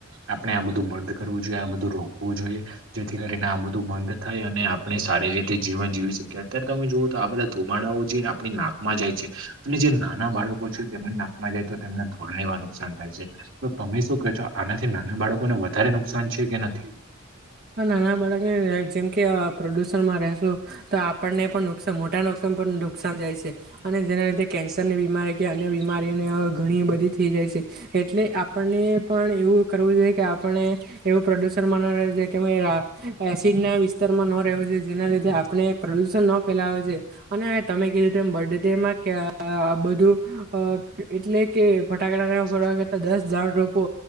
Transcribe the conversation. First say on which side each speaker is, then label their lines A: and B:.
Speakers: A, on the right; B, on the right.
A: આપણે આ બધું બંધ કરવું જોઈએ. આ બધું રોકવું જોઈએ. જેથી કરીને આ બધું બંધ થાય અને આપણે સારી રીતે જીવન જીવી શકીએ. અત્યાર તમે જુઓ તો આ બધા ધુમાડાઓ જીન આપણી નાકમાં જાય છે, અને જે નાના બાળકો છે તેમને નાકમાં જાય તો તેમને ઘણા એવા નુકસાન થાય છે. તો તમે શું કે છો? આનાથી નાના બાળકોને વધારે નુકસાન છે કે નથી?
B: હન નાના બાળકને જેમ કે અ પ્રડુષણ તમારે શું? તો આપણને પણ નુકસાન મોટા નુકસાન પર નુકસાન જાય છે. અને જેના લીધે કેન્સરની બીમારી કે અન્ય બીમારી ઘણી બધી થઈ જાય છે. એટલે આપણને પણ એવું કરવું જોઈએ કે આપણે એવું પ્રદુષણ મનાવે છે કે મય આ, એસિડના વિસ્તારમાં નો <unintelligible> છે. જેના લીધે આપણે પ્રદુષણ ન ફેલાવે છે, અને તમે કીધું તેમ બર્થડેમાં ક્યા આ બધું અ-એટલે કે ફટાકડાને એવુ ફોડવા કરતા દસ ઝાડ રોપો.